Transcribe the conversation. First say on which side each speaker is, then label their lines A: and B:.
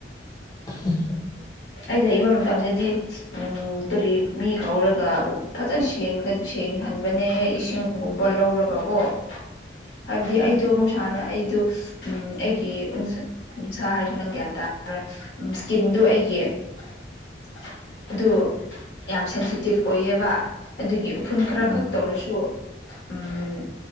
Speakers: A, on the left (about 20°); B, on the left (about 85°).
A: <unintelligible>
B: ꯑꯩ ꯂꯩꯕ ꯃꯇꯝꯗꯗꯤ ꯀꯔꯤ ꯃꯤ ꯀꯧꯔꯒ ꯐꯖꯅ ꯁꯦꯡꯅ ꯈꯟꯕꯅꯦꯍ ꯏꯁꯤꯡꯒꯨꯝꯕ ꯂꯧꯔꯒ ꯀꯣ ꯍꯥꯏꯕꯗꯤ
A: ꯎꯝ
B: ꯑꯩꯗꯣ ꯃꯨꯧꯁꯥꯅ ꯑꯩꯗ ꯎꯝ ꯑꯩꯒꯤ ꯎꯟꯁꯥ ꯍꯥꯏꯔꯁꯨ ꯅꯪ ꯒ꯭ꯌꯥꯟ ꯇꯥ ꯏꯁꯀꯤꯟꯗꯣ ꯑꯩꯒꯤ ꯑꯗꯨ ꯌꯥꯝ ꯁꯦꯟꯁꯤꯇꯤꯞ ꯑꯣꯏꯌꯦꯕ ꯑꯗꯨꯒꯤ ꯎꯐꯨꯜ ꯈꯔ
A: ꯎꯝ
B: ꯈꯛ ꯇꯧꯔꯁꯨ ꯎꯝ